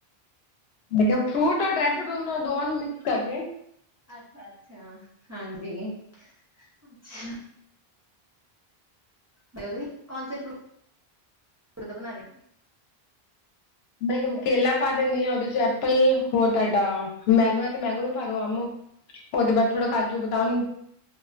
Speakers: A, on the left (about 75°); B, on the right (about 25°).
A: ਮੈਂ ਕਿਹਾ ਫਰੂਟ ਔਰ ਡਰਾਈ ਫਰੂਟ ਦੋਵਾਂ ਨੂੰ ਮਿਕਸ ਕਰਕੇ
B: ਅੱਛਾ- ਅੱਛਾ ਹਾਂਜੀ ਅੱਛਾ। ਤੁਸੀਂ ਕੌਣ ਸੇ ਫਰੂਟ ਦਾ ਬਣਾ ਰਹੇ
A: ਮੈਂ ਕਿਹਾ ਕੇਲਾ ਪਾ ਦਿੰਦੀ ਹਾਂ ਉਹਦੇ ਚ ਐਪਲ ਹੋਰ ਤੁਹਾਡਾ ਮੈਂਗੋ ਹੈ ਤੇ ਮੈਂਗੋ ਵੀ ਪਾ ਦੋ ਆਮ ਉਹਦੇ ਬਾਅਦ ਥੋੜਾ ਕਾਜੂ ਬਦਾਮ